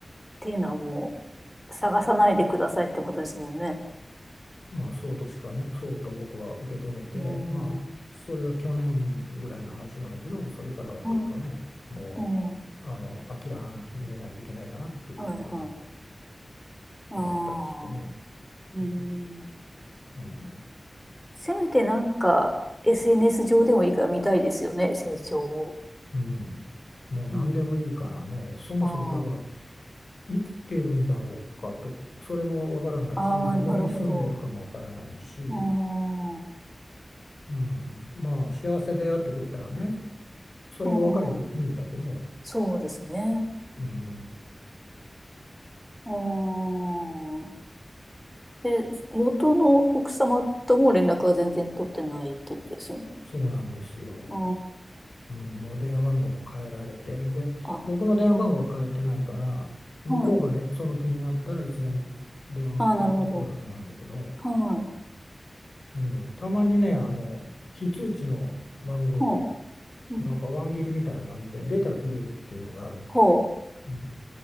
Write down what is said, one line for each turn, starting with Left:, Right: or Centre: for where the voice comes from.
Centre: ていうのはもう、探さないでくださいってことですもんね。
Left: まあ、そうとしかね、そうと僕は受け止めて、
Centre: うー
Left: まあ、
Centre: ん。は
Left: それが去年ぐらいの話なんだけど、それからはちょっとね、
Centre: い。
Left: も
Centre: うん。は
Left: う、あの、諦めないといけないかなっていうふうに
Centre: いはい。あ
Left: 思ったりしてね。
Centre: あ。えー、
Left: うん、うん、
Centre: せめてなんか SNS 上でもいいから見たいですよね、成長を。
Left: うんもう何でもいいからね、
Centre: うん。
Left: そもそもだから、
Centre: あー
Left: 生きてるんだろうかと、それもわからないし、
Centre: あー、
Left: どこに住んでるかもわからないし、
Centre: なるほど。あー
Left: うん、まあ、幸せであってくれたらね、それが分かればいいんだけど、
Centre: うん。そうですね。
Left: うん
Centre: ああ。で、元の奥様とも連絡は全然取ってないってことですよね。
Left: そうなんですよ。
Centre: あ
Left: うん、もう電話番号も変えられてんで僕の電話番号は変えてないから向こうがれその気になったらいつでも電話かかってくるはずなんだけど、
Centre: あ。あ、うん。はい。ああ、なるほど。はい。
Left: うん、たまにねあの非通知の番号で
Centre: ほう。うん。
Left: なんかワン切りみたいな感じで出たら切れるっていうのがある
Centre: ほ
Left: うん、